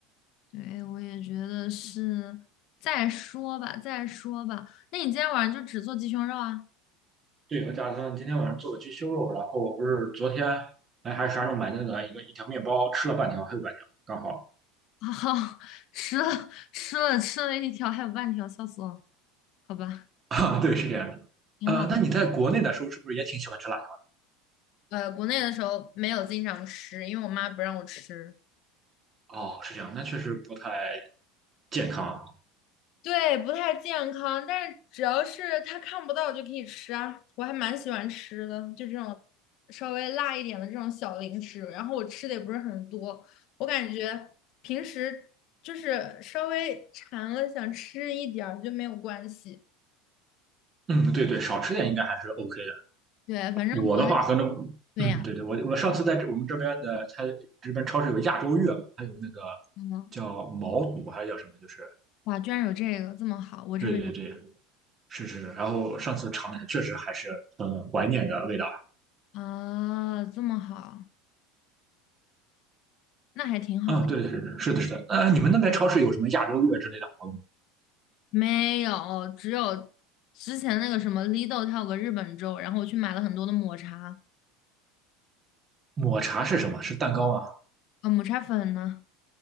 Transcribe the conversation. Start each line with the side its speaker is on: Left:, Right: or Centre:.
Left: 对，我也觉得是，再说吧，再说吧。那你今天晚上就只做鸡胸肉啊？
Right: 对，我打算今天晚上做个鸡胸肉，然后我不是昨天哎还是啥时候买的那个一个一条面包，吃了半条，还有半条，刚好。
Left: <laughs> 好，吃了吃了吃了一条，还有半条，笑死我了。好吧，
Right: <laughs> 啊，对，是这样的。
Left: 挺好的
Right: 呃，那你在国内的时候是不是也挺喜欢吃辣条？
Left: 呃，国内的时候没有经常吃，因为我妈不让我吃。
Right: 哦，是这样，那确实不太健康。
Left: 对，不太健康，但是只要是它看不到就可以吃啊。我还蛮喜欢吃的，就这种稍微辣一点的这种小零食。然后我吃的也不是很多，我感觉平时就是稍微馋了想吃一点儿就没有关系。
Right: 嗯，对对，少吃点应该还是 OK 的。
Left: 对，反正国内
Right: 我的话可能，
Left: 对呀，
Right: 嗯，对对，我我上次在这我们这边的，它这边超市有亚洲月嘛，它有那个
Left: 嗯。
Right: 叫毛肚还是叫什么，就是
Left: 哇，居然有这个，这么好，我这边
Right: 对对对，是是。是然后上次尝了一下，确实还是很怀念的味道。
Left: 啊，这么好，那还挺好的。
Right: 嗯，对对对，对，是的，是的。呃，你们那边超市有什么亚洲月之类的活动？
Left: 没有，只有之前那个什么 l 豆，它有个日本粥，然后我去买了很多的抹茶
Right: 抹茶是什么？是蛋糕啊？
Left: 啊，抹茶粉呢